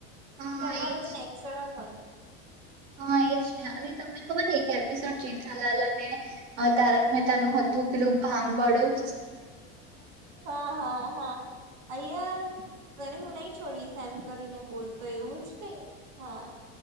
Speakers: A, on the right (about 80°); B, on the right (about 60°).
A: હા
B: પેલા
A: એજ
B: બધું નેચરલતું
A: હા એજ ને અને તમને ખબર એક એપિસોડ જેઠાલાલ અને તારક મહેતા નું હતું પેલું ભાંગવાડું
B: હા હા હા અઐયાર તને હું નઈ છોડીશ એમ કરીને બોલ તો એવું જ કઈને હા